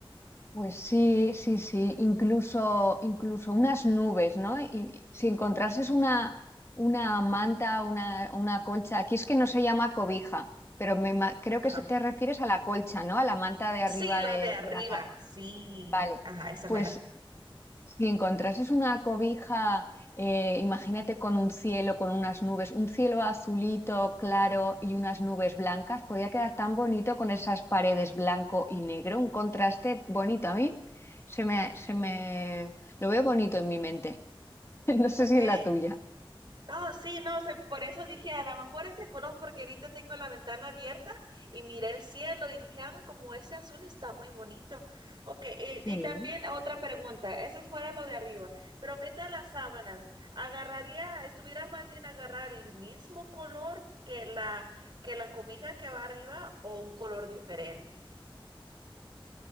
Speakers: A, on the left (about 30°); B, on the right (about 55°).
A: Pues sí, sí, sí, incluso, incluso unas nubes, ¿no? Y si encontrases una, una manta, una, una colcha, aquí es que no se llama cobija, pero me ima- creo
B: Ajá.
A: que se te refieres a la colcha, ¿no? A la manta de arriba
B: Sí, la
A: de,
B: de arriba,
A: de la cama.
B: sí,
A: Vale,
B: ajá, esa
A: pues
B: mera.
A: si encontrases una cobija, eh, imagínate con un cielo, con unas nubes, un cielo azulito, claro y unas nubes blancas, podría quedar tan bonito con esas paredes blanco y negro, un contraste bonito a mí. Se me, se me, lo veo bonito en mi mente. <laughs> No sé
B: Ok,
A: si en la tuya.
B: Ah, sí, no, se- por eso dije, a lo mejor ese color, porque ahorita tengo la ventana abierta y miré el cielo y dije, ah, como ese azul está muy bonito. Ok, y,
A: Sí.
B: y también otra pregunta, eso fuera lo de arriba, pero ¿qué tal las sábanas? ¿Agarraría, estuviera más bien agarrar el mismo color que la que la cobija que va arriba o un color diferente.